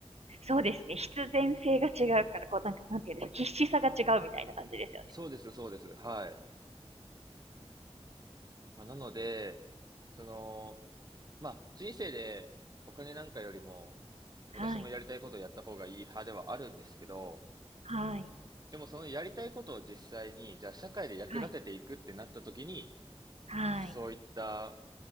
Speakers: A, on the right; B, on the right.
A: そうですね。必然性が違うから、こう、なんか、なんていうんですか、必死さが違うみたいな感じですよね。
B: そうです、そうです。はい。まあ、なので、その、まあ、人生でお金なんかよりも、私もやりたいことをやった方がいい派ではあるんですけど、
A: はい。はい。
B: でもそのやりたいことを実際に、じゃあ社会で役立てていくってなった時に、
A: はい。はい。
B: そういった